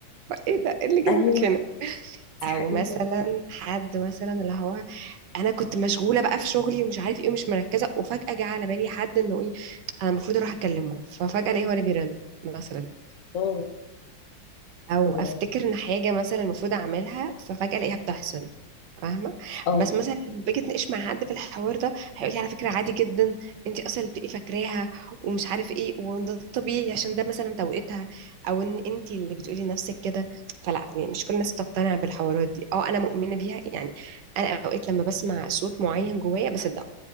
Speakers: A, on the right; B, on the left.
A: ايه ده إيه اللي جابك
B: ايوه دي
A: او
B: حقيقه
A: مثلا حد مثلا اللي هو انا كنت مشغوله بقى في شغلي ومش عارف ايه ومش مركزه وفجاه جه على بالي حد انه ايه انا المفروض اروح اكلمه ففجاه الاقيه هو اللي بيرن مثلا
B: اه
A: او
B: الله.
A: افتكر ان حاجه مثلا المفروض اعملها ففجاه الاقيها بتحصل فاهمه
B: اه
A: بس مثلا لما باجي اتناقش مع حد في الحوار ده هيقول لي على فكره عادي جدا انت اصلا اللي بتبقي فاكراها ومش عارف ايه وان ده طبيعي عشان ده مثلا توقيتها او ان انت اللي بتقولي لنفسك كده فلا يعني مش كل الناس تقتنع بالحوارات دي اه انا مؤمنه بيها يعني انا اوقات لما بسمع صوت معين جوايا بصدقه